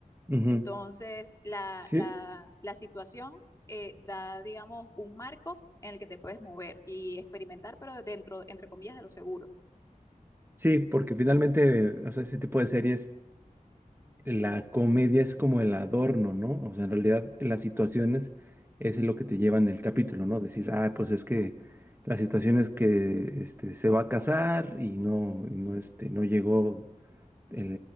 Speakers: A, on the right; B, on the left.
A: Ujú.
B: Entonces, la,
A: Sí,
B: la, la situación eh, da, digamos, un marco en el que te puedes mover y experimentar, pero dentro, entre comillas, de lo seguro.
A: Sí, porque finalmente, o sea, ese tipo de series, la comedia es como el adorno, ¿no? O sea, en realidad las situaciones es lo que te lleva en el capítulo, ¿no? Decir, ah, pues es que la situación es que este, se va a casar y no, y no, este, no llegó el,